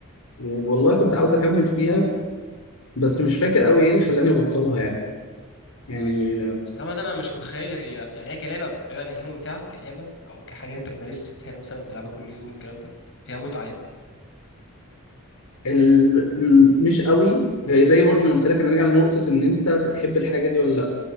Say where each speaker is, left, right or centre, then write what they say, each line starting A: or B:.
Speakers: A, on the left; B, on the left.
A: والله كنت عاوز أكمل فيها بس مش فاكر قوي ايه اللي خلاني ابطلها يعني يعني
B: بس عامة أنا مش متخيل هي يعني هي كلعبة بعيدا عن هي ممتعة كلعبة أو كحاجة أنت بتمارسها مثلا بتلعبها كل يوم والكلام ده فيها متعة يعني
A: ال... م- مش قوي هي زي برضه ما قلت لك هنرجع لنقطة ان انت بتحب الحاجة دي ولا لا